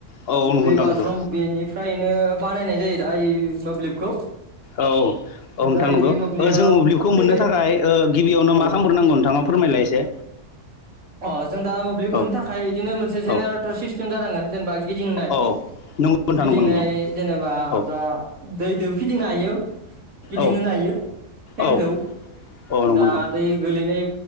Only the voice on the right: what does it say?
दै
बाज्रुम
बेनिफ्रायनो बानायनाय जायो दाय मोब्लिबखौ
दा
बे मोब्लिबा
फैबाय
औ
अ जों दा मोब्लिब मोननो
थाखाय बिदिनो मोनसे जेनेरेटर
सिस्टेम जानांगोन जेनेबा गिदिंनाय
गिदिंनाय
जेनेबा
दा दैजों फिदिंनो हायो गिदिंहोनो
हायो फेनखौ
दा
दै गोलैनाय